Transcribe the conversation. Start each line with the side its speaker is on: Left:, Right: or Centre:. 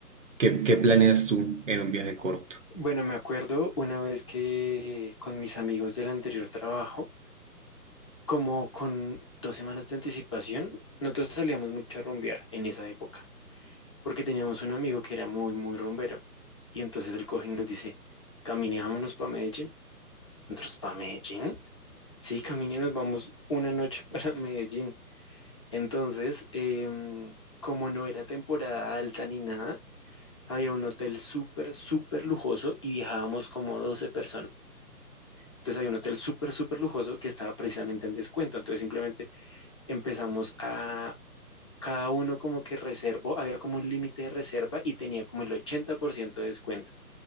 Right: ¿Qué, qué planeas tú en un viaje corto?
Left: Bueno, me acuerdo una vez que con mis amigos del anterior trabajo, como con dos semanas de anticipación, nosotros salíamos mucho a rumbear en esa época, porque teníamos un amigo que era muy, muy rumbero. Y entonces el coge y nos dice, caminémonos para Medellín. Nosotros, ¿para Medellín? Sí, caminé y nos vamos una noche <laughs> para Medellín. Entonces, em, como no era temporada alta ni nada, había un hotel súper, súper lujoso y viajábamos como 12 personas. Entonces había un hotel súper, súper lujoso que estaba precisamente en descuento. Entonces simplemente empezamos a cada uno como que reservó, había como un límite de reserva y tenía como el 80% de descuento.